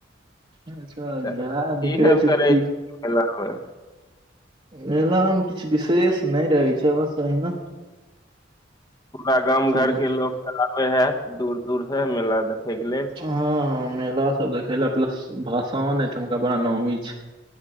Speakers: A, on the right (about 30°); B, on the left (about 20°).
A: अच्छा
B: की
A: घा निकरे
B: सब
A: छै
B: करै
A: की
B: छी मेलामे
A: मेलामे किछु विशेष नहि रहै छै बस अहिना
B: पूरा गाम घर
A: पूजा
B: के लोग तऽ आबे है दूर दूर हए मेला देखे के लेल
A: हँ हँ मेला सब देखे ले प्लस भसोन एठमका बड़ा नामी छै